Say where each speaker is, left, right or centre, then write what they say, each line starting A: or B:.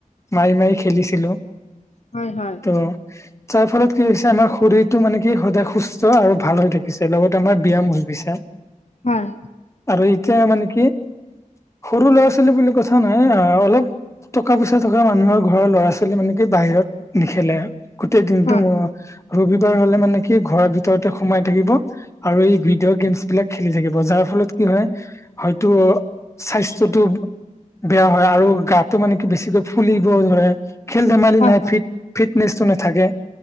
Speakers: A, on the left; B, on the left.
A: মাৰি মাৰি খেলিছিলোঁ।
B: হয় হয়।
A: অ। তাৰ ফলত কি হৈছে আমাৰ শৰীৰটো মানে কি সদায় সুস্থ আৰু ভাল হৈ থাকিছে লগতে আমাৰ ব্যায়াম হৈ গৈছে।
B: হয়
A: আৰু এতিয়া মানে কি সৰু ল'ৰা। আছিল বুলি কথা নাই অ অলপ। টকা পইচা থকা মানুহৰ ঘৰৰ ল'ৰা ছোৱালী মানে কি বাহিৰত নেখেলে গোটেই দিনটো
B: হয়
A: মোৰ। ৰবিবাৰ হলে মানে কি ঘৰৰ ভিতৰতে সোমাই থাকিব। আৰু এই ভিডিঅ' গেমছ বিলাক খেলি থাকিব যাৰ ফলত কি হয়। হয়তো স্বাস্থ্যটো। বেয়া হয় আৰু গাটো মানে কি বেছিকৈ ফুলিব ধৰে খেল ধেমালি
B: হয়
A: নাই ফিট। ফিটনেচটো নাথাকে।